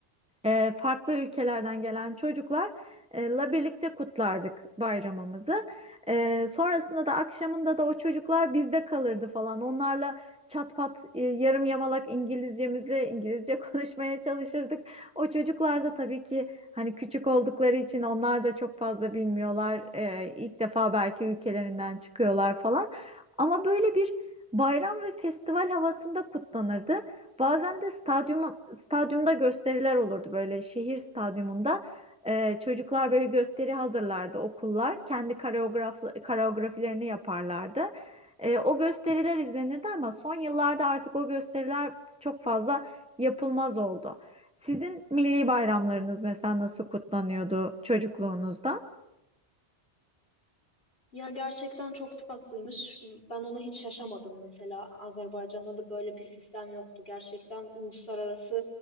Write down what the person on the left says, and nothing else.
Ya gerçekten çok tatlıymış. Ben onu hiç yaşamadım mesela. Azerbaycan'da da böyle bir sistem yoktu. Gerçekten uluslararası